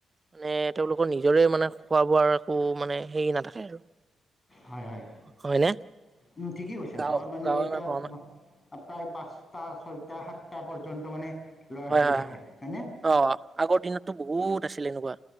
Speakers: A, on the right (about 30°); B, on the left (about 30°).
A: মানে তেওঁলোকৰ নিজৰে মানে খোৱা বোৱাৰ একো মানে হেৰি নাথাকে আৰু।
B: হয় হয়।
A: হয়নে?
B: উম ঠিকেই কৈছা,
A: গাঁও
B: গাঁৱত মানে
A: গাঁৱে
B: এতিয়া
A: বা ভ্ৰমণ
B: তো প্ৰায় পাঁচটা, ছয়টা, সাতটা পৰ্যন্ত মানে, ল'ৰা
A: হয়
B: ছোৱালী
A: হয়
B: থাকে
A: হয়।
B: হয়নে
A: অ আগৰ দিনতো বহুত আছিল এনেকুৱা।